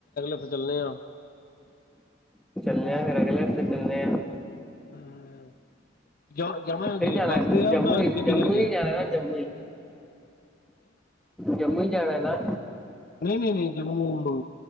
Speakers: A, on the left (about 45°); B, in the centre.
A: ਠੀਕ <unintelligible> ਚੱਲਨੇ ਆ
B: ਮੈਂ ਕਹਿੰਦਾ ਹਾਂ। ਫਿਰ ਅਗਲੇ ਹਫਤੇ ਚਲਣੇ ਆ
A: ਹਮ, ਜਾ ਜਾਵਾਂਗੇ
B: ਫਿਰ ਜਾਨਾ
A: ਬੱਸ ਤੇ ਆ
B: ਜੰਮੂ
A: ਨਾ
B: ਹੀ
A: ਗੱਡੀ
B: ਜੰਮੂ
A: ਕਰਕੇ
B: ਹੀ ਜਾਣਾ ਜੰਮੂ ਹੀ ਜੰਮੂ ਹੀ ਜਾਣੈ ਨਾ
A: ਨਹੀ-ਨਹੀ ਨਹੀ ਜੰਮੂ ਨੂੰ